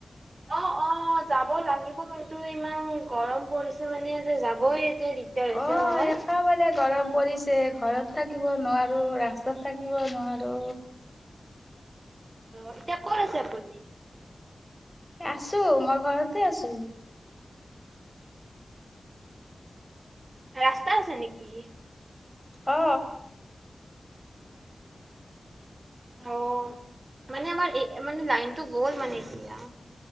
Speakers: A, on the right (about 35°); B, in the centre.
A: অ অ যাব লাগিব কিন্তু ইমান গৰম পৰিছে মানে যাবই এতিয়া দিগদাৰ হৈছে
B: অ
A: নহয়।
B: একেবাৰে গৰম পৰিছে। ঘৰত থাকিব নোৱাৰো ৰাস্তাত থাকিব নোৱাৰো।
A: অ এতিয়া কত আছে আপুনি
B: আছো মই ঘৰতে আছো
A: ৰাস্তা আছে নেকি
B: অ
A: অ মানে আমাৰ এ মানে লাইনটো গ'ল মানে এতিয়া